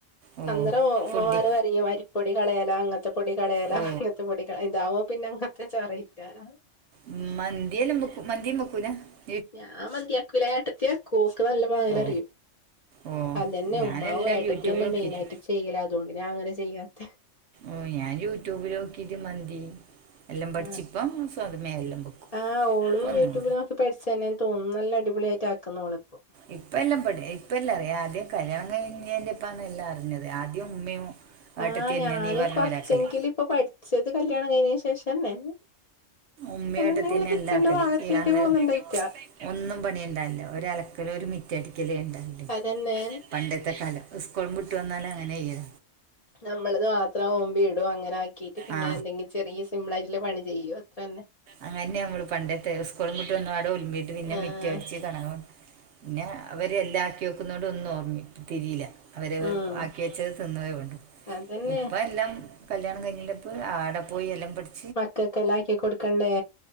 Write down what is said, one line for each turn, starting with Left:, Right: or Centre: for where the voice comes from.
Right: ഓ
Left: അന്നരോമ്മമാര
Right: ഫുഡ്
Left: <unintelligible> പൊടി കളയലാ ങ്ങത്തെ പൊടി കളയലാ
Right: ഓ
Left: <unintelligible> ഇതാവുംപിന്നെ <unintelligible>
Right: ഉം മന്തിയെലം ബെക്കും <unintelligible>
Left: ഞാ മന്തിയാക്കുല യേട്ടത്തിയാക്കുഓക്ക് നല്ല പാങ്ങിലറിയും
Right: ഓ ഓ
Left: അതന്നെ
Right: ഞാനെല്ലാം
Left: ഉമ്മാവും യേട്ടത്തിയന്നെ
Right: യൂട്യൂബ് നോക്കിട്ട്
Left: മെയിനായിട്ട് ചെയ്യലാതുകൊണ്ട്ഞാങ്ങനെ ചെയ്യാത്തെ
Right: ഓ ഞായൂട്യൂബിലോക്കിട്ട് മന്തി എല്ലാം പഠിച്ചിപ്പം
Left: ആഹ്
Right: സ്വതമേ എല്ലാം വെക്കും
Left: ആഹ് ഓളും
Right: ഇപ്പം ഒന്നും
Left: യൂട്യൂബിലോക്കി പഠിച്ചന്നെയാന്നുതോന്നുന്നല്ല അടിപൊളിയായിട്ട <unintelligible> ക്ക്ന്നോളെപ്പോ
Right: ഇപ്പഎല്ലാം പടി ഇപ്പഎല്ലാം അറിയാം ആദ്യം കല്യാണം കഴിഞ്ഞേൻ്റിപ്പാന്നെല്ലാറിഞ്ഞത് ആദ്യം ഉമ്മയും ഏട്ടത്തിന്നെ
Left: ആഹ് ഞാനും
Right: നീ പറഞ്ഞപോലാക്കല്
Left: കൊറച്ചെങ്കിലും ഇപ്പൊ പഠിച്ചത് കല്യാണം കഴിഞ്ഞന് ശേഷല്ലേ
Right: ഉമ്മയും
Left: എന്നെങ്കിലും
Right: ഏട്ടത്തി തന്നെ
Left: കിച്ചന്റെ
Right: എല്ലാം ആക്കല്
Left: ഭാഗത്തേക്ക്
Right: ഈ അന്നേരം
Left: പോന്നുണ്ടായിറ്റാ
Right: ഒന്നും പണിഇണ്ടാവില്ലാ ഒരലക്കല്, ഒരു മിറ്റടിക്കല് ഇണ്ടാവുല
Left: അതന്നെ
Right: പണ്ടത്തെ കാലം സ്കുളുംവിട്ട് വന്നാല് അങ്ങനായ്യാ
Left: ഞമ്മളത് വാ അത്ര ഓമ്പി ഇടും അങ്ങനെ ആക്കീട്ട് പിന്നെന്തെങ്കിലും
Right: ആ
Left: ചെറിയ സിമ്പിളായിട്ടുള്ള പണി ചെയ്യും അത്രന്നെ
Right: അങ്ങന്യാമ്മള് പണ്ടത്തെ സ്കൂളുംവിട്ട് വന്നാലോൽമ്പീട്ട് പിന്നെ
Left: ആഹ്
Right: മിറ്റടിച്ച് താണ് ഓൻ ന്നെ അവര് എല്ലാം ആക്കി വെക്കുന്നോണ്ട് ഒന്നും ഓർമ്മി തിരീലാ അവര് വ്
Left: ഉം
Right: ആക്കി വെച്ചത് തിന്നുവേ വേണ്ടു.
Left: അതന്നെ
Right: ഇപ്പഎല്ലാം കല്യാണം കഴിഞ്ഞിനിപ്പം ആടം പോയിഎല്ലാം പടിച്
Left: മക്കക്കെല്ലാക്കി കൊടുക്കണ്ടേ